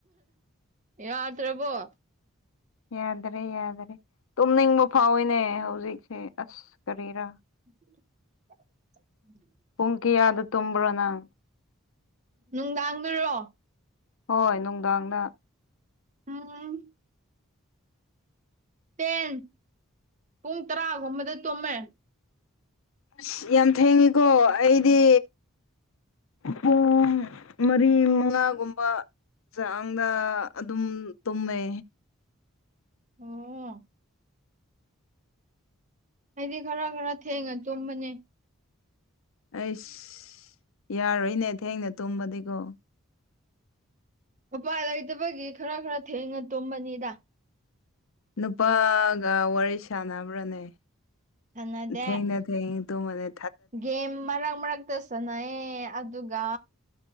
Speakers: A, on the right; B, on the left.
A: ꯌꯥꯗꯔꯕꫭ
B: ꯌꯥꯗꯔꯦ ꯌꯥꯗꯔꯦ ꯇꯨꯝꯅꯤꯡꯕ ꯐꯥꯎꯋꯤꯅꯦ ꯍꯧꯖꯤꯛꯁꯦ ꯑꯁ ꯀꯔꯤꯔꯥ
A: ꯎꯝ <unintelligible>
B: ꯄꯨꯡ ꯀꯌꯥ ꯇꯨꯝꯕ꯭ꯔ ꯅꯪ
A: ꯅꯨꯡꯗꯥꯡ ꯗꯔꯣ
B: ꯍꯣꯏ ꯅꯨꯡꯗꯥꯡꯗ
A: ꯊꯦꯡꯉꯦꯝ ꯇꯦꯟ ꯄꯨꯡ ꯇꯔꯥꯒꯨꯝꯕꯗ ꯇꯨꯝꯃꯦ
B: ꯑꯁ ꯌꯥꯝ ꯊꯦꯡꯉꯤꯀꯣ ꯑꯩꯗꯤ ꯄꯨꯡ ꯃꯔꯤ ꯃꯪꯉꯥꯒꯨꯝꯕ ꯆꯥꯡꯗ ꯑꯗꯨꯝ ꯇꯨꯝꯃꯦ
A: ꯑꯣ ꯑꯩꯗꯤ ꯈꯔ ꯈꯔ ꯊꯦꯡꯉ ꯇꯨꯝꯕꯅꯦ
B: ꯑꯩꯁ ꯌꯥꯔꯣꯏꯅꯦ ꯊꯦꯡꯅ ꯇꯨꯝꯕꯗꯤꯀꯣ
A: ꯎꯄꯥꯏ ꯂꯩꯇꯕꯒꯤ ꯈꯔ ꯈꯔ ꯊꯦꯡꯅ ꯇꯨꯝꯕꯅꯤꯗ
B: ꯅꯨꯄꯥꯒ ꯋꯥꯔꯤ ꯁꯥꯟꯅꯕ꯭ꯔꯥꯅꯦ
A: ꯁꯥꯟꯅꯗꯦ
B: ꯊꯦꯡꯅ ꯊꯦꯡꯅ ꯇꯨꯝꯃꯗꯤ
A: ꯒꯦꯝ ꯃꯔꯛ ꯃꯔꯛꯇ ꯁꯥꯟꯅꯩꯌꯦ ꯑꯗꯨꯒ